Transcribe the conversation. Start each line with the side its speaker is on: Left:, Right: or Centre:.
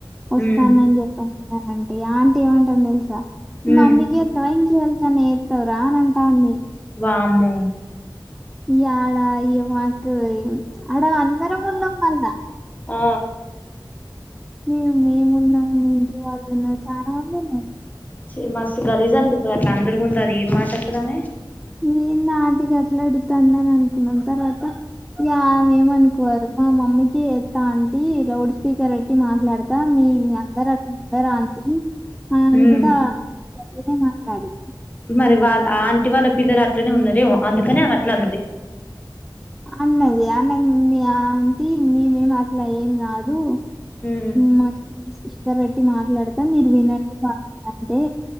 Centre: వస్తానని
Left: ఉమ్
Centre: చెప్పండి అనంటే ఆమే అంటే ఏమంటంద తెలుసా మీ
Left: ఉమ్
Centre: మమ్మీకి చెత్తవ ఇం ఎవాల్కన్న చెత్తవు రా అని అంటది
Left: వామ్మో
Centre: ఈ అడా ఈ మాకు అడ అందరం ఉన్నం మల్ల
Left: అ
Centre: మే మేము ఉన్నాం మీ ఇంటిలో వాళ్ళు ఉన్నారు చాలా మంది ఉన్నారు
Left: చీ మస్తు గలీజ్ అనిపిత్తది అట్ల అందరి ముందు అదేం మాట అసలామే
Centre: ఏంది ఆంటీ గట్లా అడుగుతందని అనుకున్నాం తర్వాత ఇగ ఆమె ఏమనుకోవాలే మా మమ్మీకే చేత్త ఆంటీ లౌడ్ స్పీకర్ పెట్టి మాట్లాడతా మీ మీ అందరు అట్ల ఉండరు ఆంటీ ఆ అ
Left: ఉమ్
Centre: కూడా ఏనే మాట్లాడి
Left: మరి వాళ్ళ ఆ ఆంటి వాళ్ళ పిల్లలు అట్లనే ఉన్నారేమో అందుకనే అమె అట్ అన్నది.
Centre: అన్నది అన్నది మీ ఆంటీ మేమేం అట్లా ఏం కాదు
Left: ఉమ్
Centre: మ దగ్గర పెట్టి మాట్లాడతా మీరు వినండి కావాలి అంటే